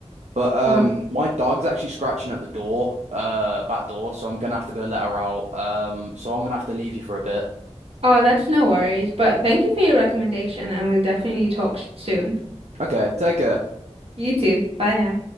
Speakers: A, on the right (about 75°); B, on the right (about 55°).
A: But um,
B: Oh,
A: my dog's actually scratching at the door, uh, back door, so I'm gonna have to go let her out. Um, so I'm gonna have to leave you for a bit.
B: oh, that's no worries. But thank you for your recommendation, and we'll definitely talk sh- soon.
A: Okay, take care.
B: You too. Bye now.